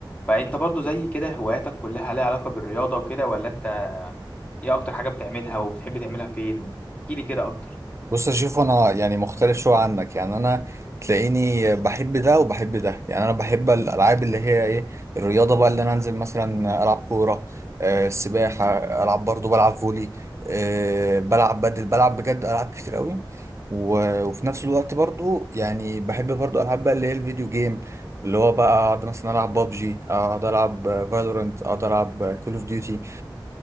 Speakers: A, on the left; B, on the right.
A: فانت برضو زي كده هواياتك كلها ليها علاقة بالرياضة وكده ولا انت ايه اكتر حاجة بتعملها وبتحب تعملها فين احكيلي كده اكتر
B: بص اشوف انا يعني مختلف شويه عنك يعني انا تلاقيني بحب ده وبحب ده يعني انا بحب الالعاب اللي هي ايه الرياضه بقى اللي انا انزل مثلا العب كوره آه السباحه العب برضو بلعب فولي آه بلعب بدل بلعب بجد العاب كتير قوي و- وفي نفس الوقت برضو يعني بحب برضو العاب بقى اللي هي الفيديو جيم اللي هو بقى اقعد مثلا العب بابجي اقعد العب فالورنت اقعد العب كول اوف ديوتي